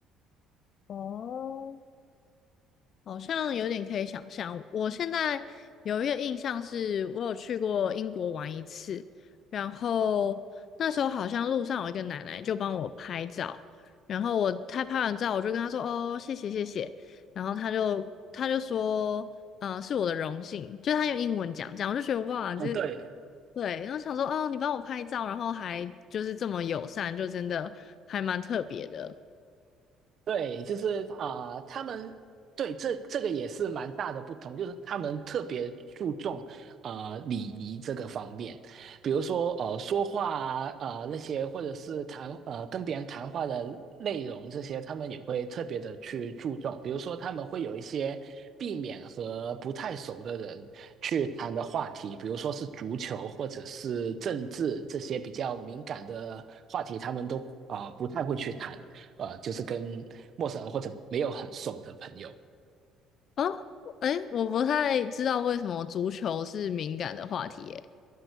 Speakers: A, on the left; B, on the right.
A: 哦，好像有点可以想象。我现在有一个印象是，我有去过英国玩一次，然后那时候好像路上有一个奶奶就帮我拍照，然后我她拍完照，我就跟她说：“哦，谢谢谢谢。”然后她就她就说：“嗯、是我的荣幸。”就她用英文讲这样，我就觉得哇，
B: 啊，
A: 这
B: 对，
A: 对，然后想说：“哦，你帮我拍照，然后还就是这么友善，就真的还蛮特别的。”
B: 对，就是啊、呃他们对这这个也是蛮大的不同，就是他们特别注重啊、呃礼仪这个方面，比如说呃说话啊呃那些，或者是谈呃跟别人谈话的内容这些，他们也会特别的去注重。比如说他们会有一些避免和不太熟的人去谈的话题，比如说是足球或者是政治这些比较敏感的话题，他们都啊、呃不太会去谈。呃，就是跟陌生人或者没有很熟的朋友
A: 啊，哎，我不太知道为什么足球是敏感的话题耶。